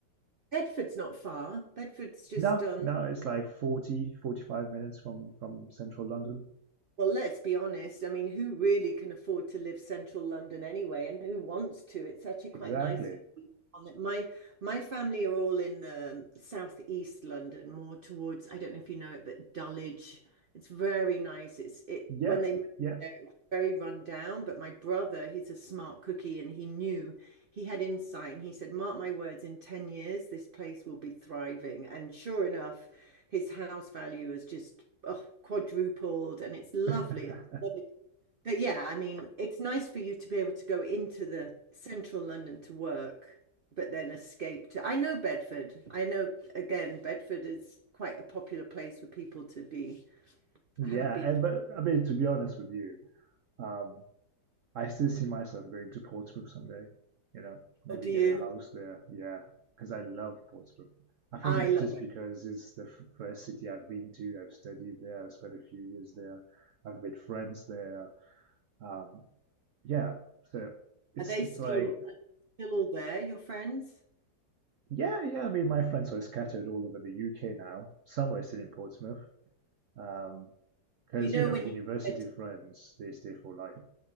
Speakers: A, on the right; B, on the right.
A: Bedford's not far. Bedford's just
B: Now,
A: on
B: now it's like forty, 45 minutes from, from central London.
A: Well, let's be honest. I mean, who really can afford to live central London anyway, and who wants to? It's actually
B: Exactly.
A: quite nice to be on it. My my family are all in um, southeast London, more towards, I don't know if you know it, but Dulwich. It's very nice. It's it
B: Yep.
A: when they moved
B: Yep.
A: there, it was very run down, but my brother, he's a smart cookie, and he knew he had insight and he said, Mark my words, in 10 years, this place will be thriving. And sure enough, his house value has just oh, quadrupled and it's lovely.
B: <laughs>
A: It's lovely. But yeah, I mean, it's nice for you to be able to go into the central London to work, but then escape to. I know Bedford. I know, again, Bedford is quite a popular place for people to be.
B: yeah.
A: I haven't been.
B: And, but I mean, to be honest with you, um, I still see myself going to Portsmouth someday. You know, maybe
A: Oh, do you?
B: get a house there. Yeah, because I love Portsmouth. I think
A: I
B: it's
A: love
B: just
A: it.
B: because it's the f- first city I've been to. I've studied there. I've spent a few years there. I've made friends there. Um, yeah, so it's
A: Are they
B: it's
A: still
B: like
A: still all there, your friends?
B: yeah, yeah. I mean, my friends are scattered all over the UK now. Some are still in Portsmouth. Um, because
A: You know,
B: you know,
A: when
B: university
A: you said
B: friends they stay for life.